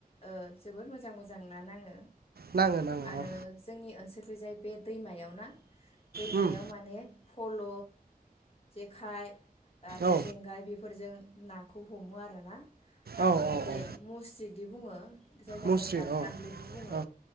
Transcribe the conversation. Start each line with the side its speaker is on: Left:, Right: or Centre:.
Left: जोबोद मोजां मोजां ना नाङो
Right: नाङो नाङो
Left: आरो
Right: औ
Left: जोंनि ओनसोलखै जाय बे दैमायाव ना? दैमायाव
Right: उम
Left: माने फल', जेखाइ, आरो
Right: औ
Left: जेंगाय बेफोरजों नाखौ हमो आरोना। आरो
Right: औ औ
Left: बे
Right: औ
Left: मुस्रिजिदि बुङो? जायगा
Right: मुस्रि
Left: जायगा
Right: औ
Left: खानलिबो बुङो
Right: औ